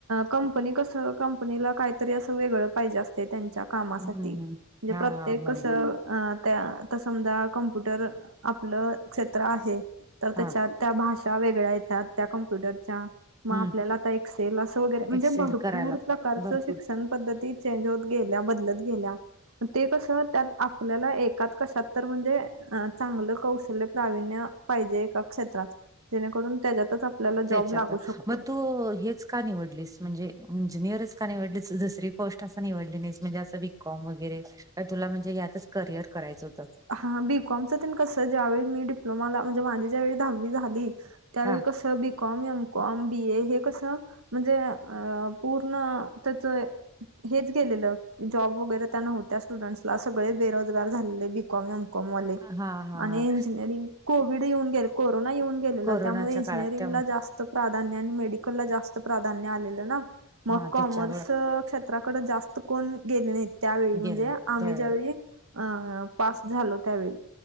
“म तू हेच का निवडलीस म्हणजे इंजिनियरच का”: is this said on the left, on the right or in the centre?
Right